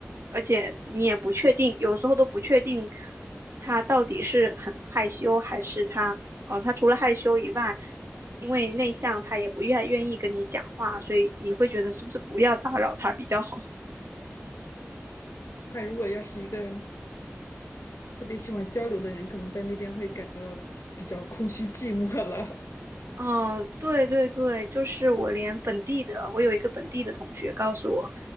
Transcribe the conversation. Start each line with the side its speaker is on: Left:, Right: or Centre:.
Right: 而且你也不确定，有时候都不确定他到底是很害羞还是他哦，他除了害羞以外，因为内向，他也不愿愿意跟你讲话，所以你会觉得是不是不要打扰他比较好。
Left: 那如果要是一个特别喜欢交流的人，可能在那边会感到比较空虚寂寞了。
Right: 哦，对对对，就是我连本地的，我有一个本地的同学告诉我，